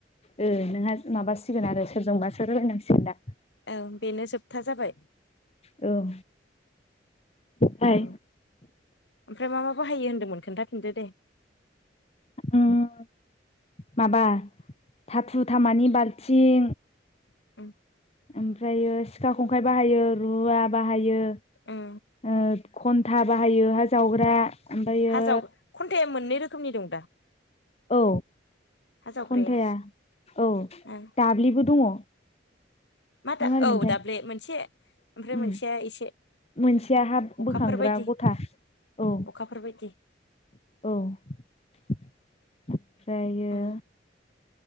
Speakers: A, on the left (about 35°); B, on the left (about 75°).
A: ओ नोंहा माबासिगोन आरो सोरजोंबासो रालायनांसिगोन दा।
B: ओं बेनो जोबथा जाबाय।
A: औ हाय
B: औ ओमफ्राय मा मा बाहायो होनदोंमोन खोन्थाफिनदो दे?
A: उम माबा थाथु थामानि बाल्थिं
B: ओम।
A: ओमफ्रायो सिखा खंखाइ बाहायो रुवा बाहायो
B: उम
A: ओ खन्था बाहायो हा जावग्रा ओमफ्रायो
B: हाजाव खन्थाया मोननै रोखोमनि दं दा?
A: औ
B: हा जावग्राया
A: खन्थाया औ
B: ओं
A: दाब्लिबो दङ।
B: मा
A: ना
B: दा
A: मारैमोनथाय
B: औ दाब्ले मोनसे ओमफ्राय
A: उम
B: मोनसेया एसे
A: मोनसेया हा
B: अखाफोर
A: बोखांग्रा
B: बायदि
A: गथा। औ। औ
B: अखाफोर बायदि
A: ओमफ्रायो
B: उम